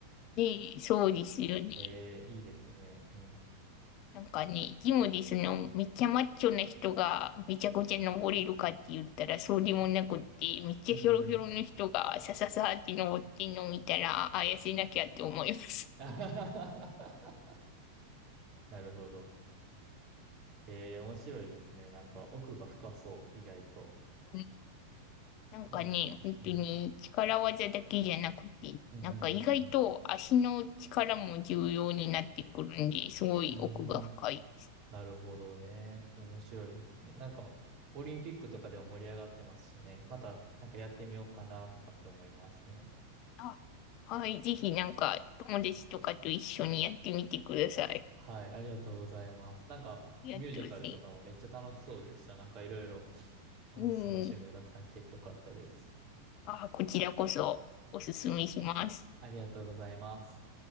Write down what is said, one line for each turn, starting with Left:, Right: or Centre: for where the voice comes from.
Left: で、そうですよね。
Right: えーいいですね。うん。
Left: なんかね、ジムでその、めっちゃマッチョな人がめちゃくちゃ登れるかって言ったらそうでもなくって、めっちゃひょろひょろの人がさささって登ってんのを見たら、
Right: うんうん。
Left: あ、痩せなきゃって思います。
Right: <laughs> あはははなるほど。えー面白いですね。なんか奥が深そう、意外と。
Left: <laughs> うんなんかね、
Right: ねえ。
Left: 本当に力技だけじゃなくて、
Right: うん。うんうん
Left: なんか意外と足の力も重要になってくるんで、すごい奥が深い。
Right: うんうん。うーん。なるほどね。面白いですね。なんか、オリンピックとかでも盛り上がってますしね。また、なんかやってみようかなとかって思いますね。
Left: あ、はい、ぜひなんか友達とかと一緒にやってみてください。あ
Right: はい、ありがとうございます。なんか、
Left: りがとうござい
Right: ミュージカルとかもめっちゃ楽しそうでした。なんかいろいろ楽しそうな趣味をたくさん聞いてよかったです。
Left: ます。うん。あ、こちらこそおすすめします。
Right: ありがとうございます。